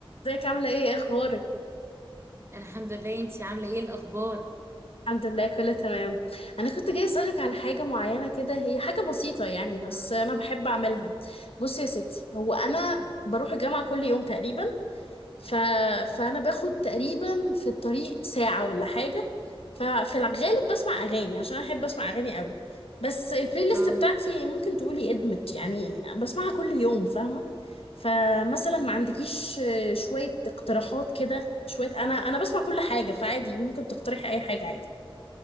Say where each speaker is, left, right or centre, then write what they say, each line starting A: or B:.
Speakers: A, on the left; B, on the right.
A: ازيك عاملة ايه ايه اخبارك
B: الحمد لله انتي عاملة ايه الأخبار
A: الحمد لله كله تمام انا كنت جاي اسألك على حاجة معينة كده هي حاجة بسيطة يعني بس
B: اه
A: انا بحب اعملها بصي يا ستي هو انا بروح الجامعة كل يوم تقريبا ف... فانا باخد تقريبا في الطريق ساعة ولا حاجة ففي الغالب بسمع اغاني عشان احب اسمع اغاني قوي بس البلاي ليست
B: آه.
A: بتاعتي ممكن تقولي ادمت يعني بسمعها كل يوم فاهمة فمثلا ما عندكيش آه، شوية اقتراحات كده شوية انا انا بسمع كل حاجة فعادي ممكن تقترحي اي حاجة عادي